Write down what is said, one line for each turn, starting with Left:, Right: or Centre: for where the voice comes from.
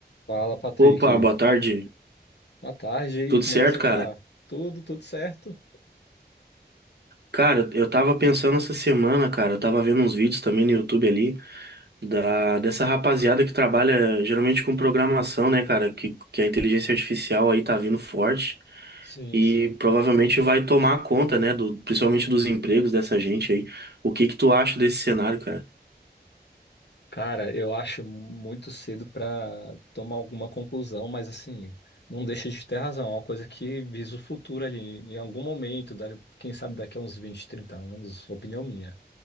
Left: Fala, Patrick.
Right: Opa, boa tarde.
Left: Boa tarde aí.
Right: Tudo
Left: como
Right: certo,
Left: é que você
Right: cara?
Left: tá? Tudo, tudo certo?
Right: Cara, eu tava pensando essa semana, cara, eu tava vendo uns vídeos também no YouTube ali da dessa rapaziada que trabalha geralmente com programação, né, cara, que, que a inteligência artificial aí tá vindo forte
Left: Sim,
Right: e
Left: sim.
Right: provavelmente vai tomar conta, né, do principalmente dos empregos dessa gente aí. O que que tu acha desse cenário, cara?
Left: Cara, eu acho muito cedo pra tomar alguma conclusão, mas assim, não deixa de ter razão. É uma coisa que visa o futuro ali, em algum momento, da- quem sabe daqui a uns 20, 30 anos, opinião minha.